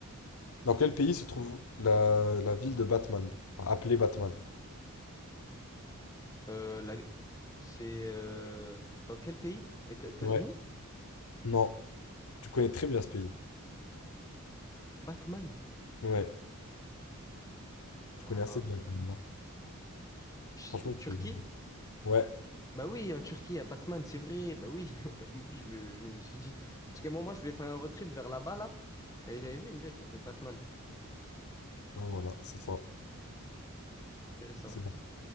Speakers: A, on the left; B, on the left.
A: Dans quel pays se trouve la, la ville de Batman? Enfin, appelée Batman.
B: Euh, la- C'est euh, dans quel pays? Éta- États-Unis?
A: Ouais. Non. Tu connais très bien ce pays.
B: Batman.
A: Ouais.
B: Alors
A: Tu connais
B: là,
A: assez bien quand même. hein.
B: je-
A: Franchement,
B: Turquie?
A: tu fais- bien. Ouais.
B: Bah oui, en Turquie, à Batman, c'est vrai. Bah oui. <laughs> En plus, je me, je me suis dit. Parce qu'à un moment, je voulais faire un road trip vers là-bas, là. Et j'avais vu une ville, elle s'appelait Batman.
A: Ben voilà, c'est ça.
B: Intéressant.
A: C'est bon.